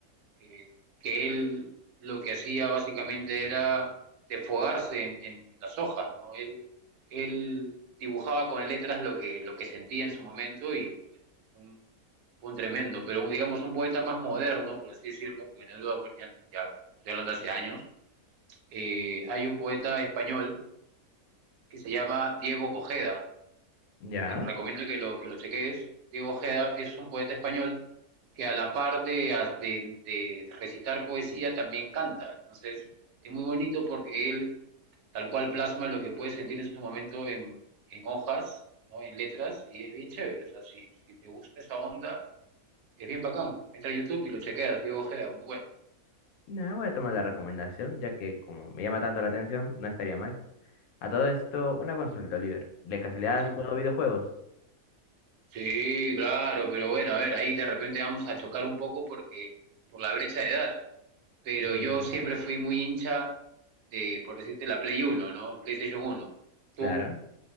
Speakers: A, on the right; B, on the left.
A: eh, que él lo que hacía básicamente era desfogarse en, en, en las hojas, ¿no? Él, él dibujaba con letras lo que, lo que sentía en su momento y pues, un, fue un tremendo, pero digamos un poeta más moderno, por así decirlo, porque Neruda, bueno, ya, ya estoy hablando hace años, eh, hay un poeta español que se llama Diego Ojeda,
B: Ya.
A: te recomiendo que lo, que lo cheques, Diego Ojeda es un poeta español que a la par de, de, de recitar poesía también canta. Entonces es muy bonito porque él tal cual plasma lo que puede sentir en su momento en, en hojas, ¿no? en letras, y es bien chévere. O sea, si, si te gusta esa onda, es bien bacán. Entra a YouTube y lo chequeas, Diego Ojeda, muy bueno.
B: Ya, voy a tomar la recomendación, ya que como me llama tanto la atención, no estaría mal. A todo esto, una consulta, Oliver. ¿De casualidad
A: Sí.
B: has jugado videojuegos?
A: Sí, claro, pero bueno, a ver, ahí de repente vamos a chocar un poco porque por la brecha de edad. Pero
B: Mm,
A: yo siempre fui muy hincha de, por decirte, la Play Uno, ¿no? El PlayStation Uno. ¿Tú?
B: Claro.